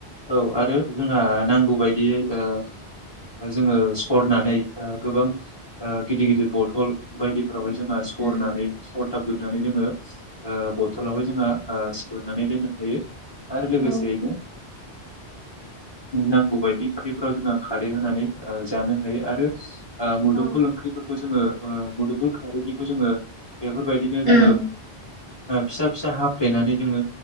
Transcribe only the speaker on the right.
उम
औ
औ
उम